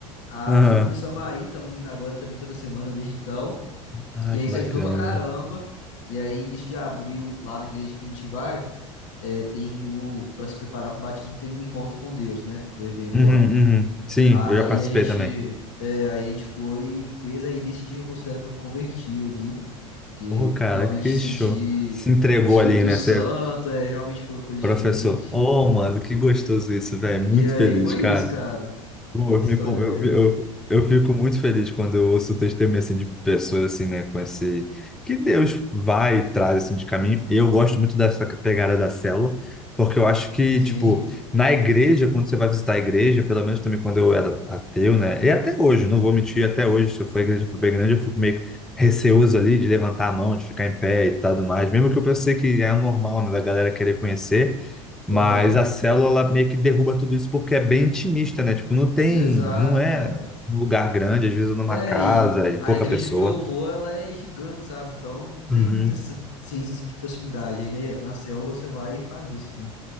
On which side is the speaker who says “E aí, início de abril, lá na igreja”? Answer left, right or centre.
Left